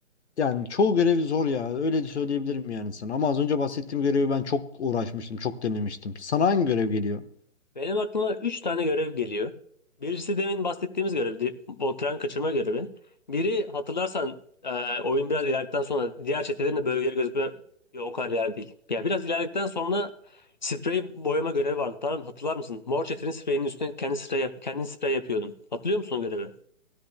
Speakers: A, on the left; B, on the left.
A: yani çoğu görevi zor ya. Öyle de söyleyebilirim yani sana. Ama az önce bahsettiğim görevi ben çok uğraşmıştım, çok denemiştim. Sana hangi görev geliyor?
B: Benim aklıma 3 tane görev geliyor. Birisi demin bahsettiğimiz görevdi. O tren kaçırma görevi. Biri hatırlarsan e, oyun biraz ilerledikten sonra diğer çetelerin de bölgeleri gözükme Yok, o kadar yer değil. Ya biraz ilerledikten sonra sprey boyama görevi vardı. Tamam, hatırlar mısın? Mor çetenin spreyinin üstüne kendi sprey, yap- kendin sprey yapıyordun. Hatırlıyor musun o görevi?